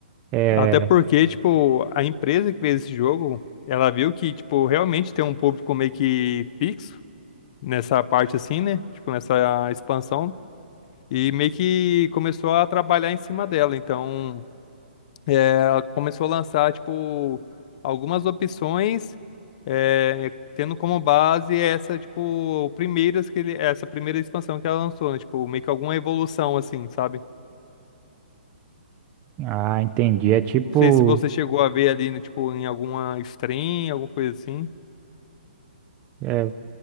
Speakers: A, on the right; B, on the left.
A: É,
B: Até porque, tipo, a empresa que fez esse jogo, ela viu que, tipo, realmente tem um público meio que fixo nessa parte assim, né? Tipo, nessa expansão. E meio que começou a trabalhar em cima dela. Então, é, ela começou a lançar, tipo, algumas opções, é, tendo como base essa, tipo, primeiras que ele, essa primeira expansão que ela lançou, né? Tipo, meio que alguma evolução, assim, sabe?
A: Ah, entendi. É tipo.
B: Não sei se você chegou a ver ali, né, tipo, em alguma stream, alguma coisa assim.
A: é,